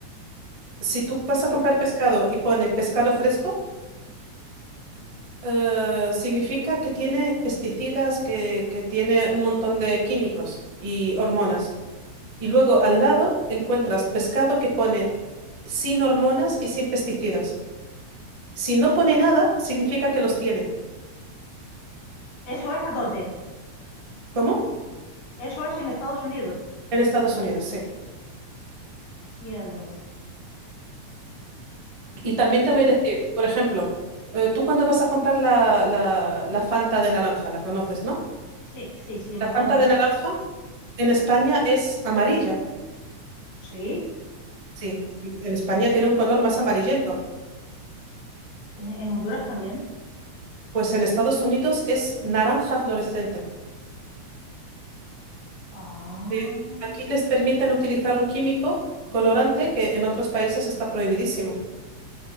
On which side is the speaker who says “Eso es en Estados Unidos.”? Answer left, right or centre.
Left